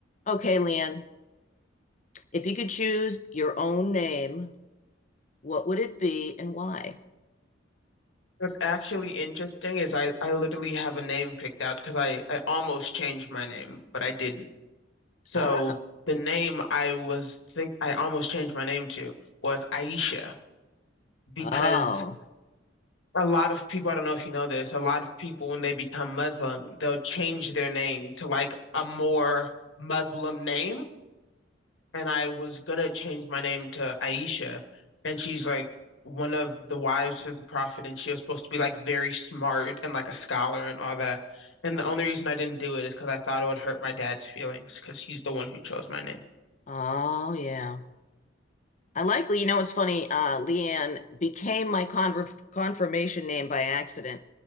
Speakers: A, on the left; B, on the left.
A: Okay, Leanne, if you could choose your own name, what would it be and why?
B: What's actually interesting is I, I literally have a name picked out because I, I almost changed my name, but I didn't. So
A: Ah,
B: the name I was think I almost changed my name to was Aisha because
A: oh,
B: a lot of people, I don't know if you know this, a lot of people when they become Muslim, they'll change their name to like a more Muslim name. and I was gonna change my name to Aisha, and she's like one of the wives of the prophet, and she was supposed to be like very smart and like a scholar and all that. And the only reason I didn't do it is because I thought it would hurt my dad's feelings because he's the one who chose my name.
A: oh, yeah. I likely, you know, it's funny. Uh, Leanne became my conver- confirmation name by accident